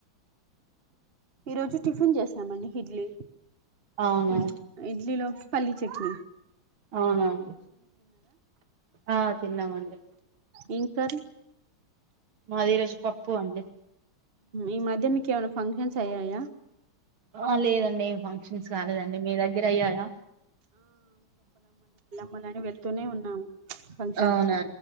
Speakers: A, on the right; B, on the right.
A: ఈ రోజు టిఫిన్ చేసామండి ఇడ్లీ
B: అవునా
A: ఇ ఇడ్లీలో పల్లీ చెట్నీ
B: అవునండి ఆ తిన్నామండి
A: ఎం కర్రీ
B: మాది ఈ రోజ్ పప్పు అండి
A: ఈ మధ్య మీకేమైన ఫంక్షన్స్ అయ్యాయ
B: ఆ లేదండి ఏం ఫంక్షన్స్ కాలేదండి మీ దగ్గర అయ్యాయా
A: మనని వెళ్తూనే ఉన్నాము ఫంక్షన్స్
B: అవున
A: కి